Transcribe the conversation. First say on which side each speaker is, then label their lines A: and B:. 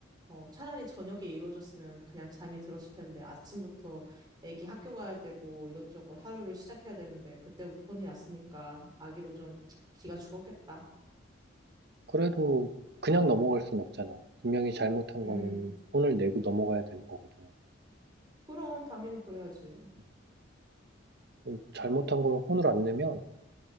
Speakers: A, on the right; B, on the right.
A: 어, 차라리 저녁에 이루어졌으면 그냥 잠이 들었을 텐데 아침부터 애기 학교 가야 되고 이것저것 하루를 시작해야 되는데 그때부터 혼이 났으니까 아기도 좀 기가 죽었겠다.
B: 그래도 그냥 넘어갈 순 없잖아. 분명히 잘못한
A: 음,
B: 거는 혼을 내고 넘어가야 되는 거거든.
A: 그럼 당연히 그래야지.
B: 음. 음, 잘못한 걸 혼을 안 내면,